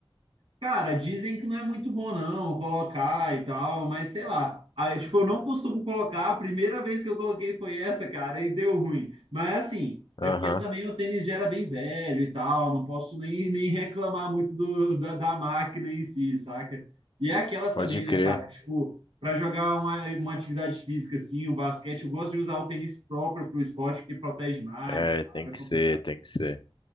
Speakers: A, on the right (about 80°); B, on the left (about 55°).
A: Cara, dizem que não é muito bom não colocar e tal, mas sei lá. Aí, tipo, eu não costumo colocar, a primeira vez que eu coloquei foi essa, cara, e deu ruim. Mas assim, é
B: Aham,
A: porque também o tênis já era bem velho e tal, não posso nem, nem reclamar muito do, da, da máquina em si, saca? E é aquelas
B: pode
A: também,
B: crer.
A: né, cara? Tipo, para jogar uma, uma atividade física assim, o basquete, eu gosto de usar o tênis próprio pro esporte, que protege mais,
B: É,
A: e tal,
B: tem
A: é
B: que
A: complicado.
B: ser, tem que ser,